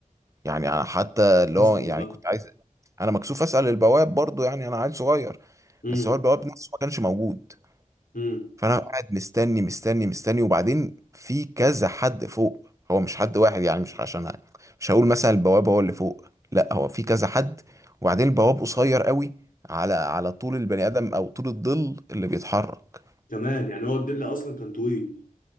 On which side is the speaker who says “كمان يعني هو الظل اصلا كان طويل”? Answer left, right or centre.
Left